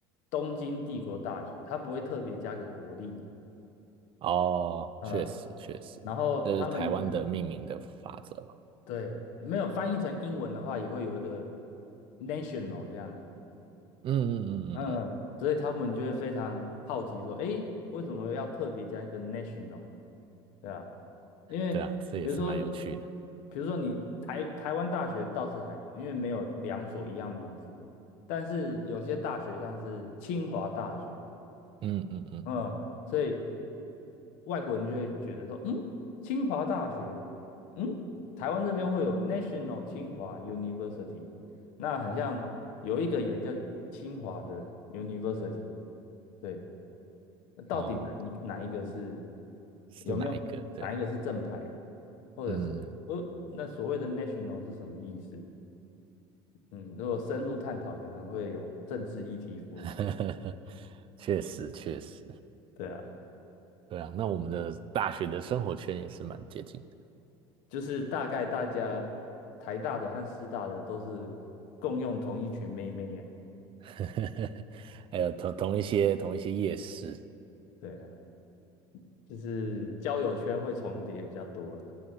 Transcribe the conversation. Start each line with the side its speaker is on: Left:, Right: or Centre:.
Left: 东京帝国大学，它不会特别加个国立嘛
Right: 哦，
Left: 嗯，
Right: 确实确实，
Left: 然后他们
Right: 这是台湾的命名的法则嘛。
Left: 对没有翻译成英文的话，也会有一个 national 这样，
Right: 嗯嗯嗯嗯嗯，
Left: 嗯，所以他们就会非常好奇说，诶，为什么要特别加一个 national？对啊，因为比如说，
Right: 对啊，这也是蛮有趣的。
Left: 比如说你台台湾大学倒是还好，因为没有两所一样名字的，但是有些大学像是清华大学，
Right: 嗯嗯嗯，
Left: 嗯，所以外国人就会觉得说，嗯，清华大学，嗯，台湾这边会有 National 清华 University，那很像有一个也叫清华的 University，对，到底你哪一个是
Right: 哦，是哪一个？
Left: 有没有哪一个是正牌啊？
Right: 对，
Left: 或者是我那所谓的
Right: 嗯，
Left: national 是什么意思？嗯，如果深入探讨，可能会有政治议题浮现。
Right: <laughs> 确实确实，
Left: 对啊，
Right: 对啊，那我们的大学的生活圈也是蛮接近。
Left: 就是大概大家台大的和师大的都是共用同一群妹妹呀、
Right: <laughs> 呵呵呵，还有同同一些同一些夜市，
Left: 对啊，就是交友圈会重叠比较多了